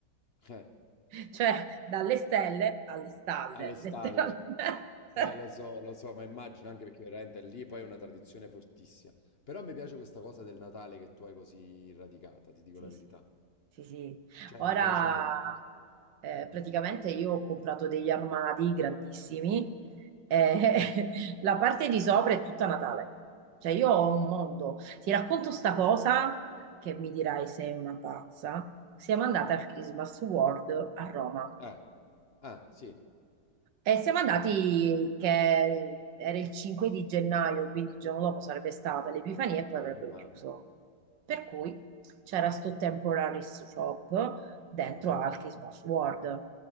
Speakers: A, on the left; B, on the right.
A: Eh.
B: cioè dalle stelle alle stalle,
A: Alle stalle.
B: letteralmente.
A: Eh,
B: <laughs>
A: lo so, lo so, ma immagino anche perché veramente lì poi è una tradizione fortissima. Però mi piace questa cosa del Natale che tu hai così radicata, ti dico
B: Sì,
A: la verità.
B: sì, sì, sì.
A: Cioè,
B: Ora
A: mi piace molto.
B: eh, praticamente io ho comprato degli armadi grandissimi e <laughs> la parte di sopra è tutta Natale. Cioè io ho un mondo. Ti racconto sta cosa che mi dirai sei una pazza. Siamo andate al Christmas World a Roma.
A: Eh, ah, sì,
B: E siamo andati che era il 5 di gennaio, quindi il giorno dopo sarebbe stata l'Epifania e poi avrebbero
A: vabbè, ma...
B: chiuso. Per cui c'era sto temporary shop dentro
A: mm,
B: al Christmas World